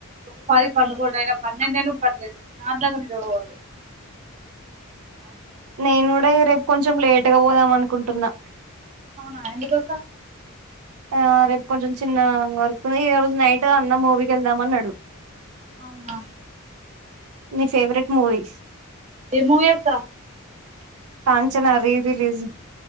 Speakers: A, on the right (about 30°); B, on the right (about 85°).
A: ఒక పది పండుకోడ్ అయినా పన్నెండయిన పర్లేదు ప్రశాంతంగా నిద్ర బోవాలే
B: నేను కూడా ఇగ రేపు కొంచెం లేట్ గా పోదాం అనుకుంటున్నా
A: అవునా ఎందుకక్క
B: ఆ రేపు కొంచెం చిన్న వర్కుంది ఈ రోజు నైటు అన్న మూవీకెళ్దాం అన్నడు
A: అవునా
B: నీ ఫేవరెట్ మూవీ
A: ఏ మూవీ అక్క
B: కాంచనా రీరిలీజ్